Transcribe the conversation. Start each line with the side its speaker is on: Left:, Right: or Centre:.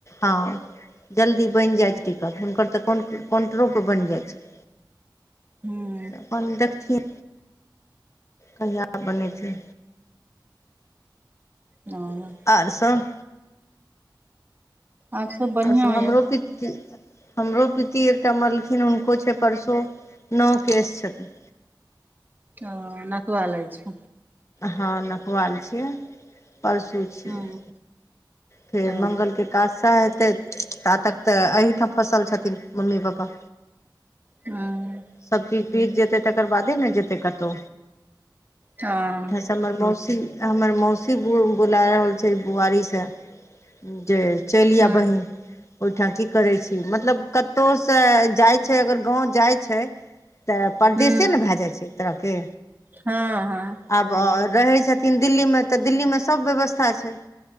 Left: हँ जल्दी बनि जाइ छै टिकट हुनकर तऽ कोन कन्ट्रो परर बनि जाइत छै
Right: मे
Left: अपन देखथिन कहिया बनै छै
Right: हँ
Left: और सब
Right: आर सब बढ़िआँ
Left: आओर सभ हमरो
Right: यए
Left: पिती हमरो पिती एकटा मलखिन हुनको छै परसो नओ केस छथिन
Right: ओ नकवा लै छौ
Left: हँ नपबा लै छियै परसू छियै
Right: हँ
Left: फेर
Right: हँ
Left: मंगल के एकादशा हेतै तातक तऽ एहिठाम फँसल छथिन मम्मी पापा
Right: हूँ
Left: सभचीज बीत जेतै तकर बादे ने जेतै कतौ
Right: हँ
Left: हमर मौसी हमर मौसी बु बुला रहल छै बुआरी सँ जे चइल
Right: हँ
Left: आ बहीन ओइठा की करे छी मतलब कतौ से जाय छै अगर गाँंव जाय छै तऽ परदेसे
Right: हूँ
Left: ने भए जाइ छै एक तरहके
Right: हँ हँ
Left: आब रहै छथिन दिल्ली मे तऽ दिल्ली मे सब व्यवस्था छै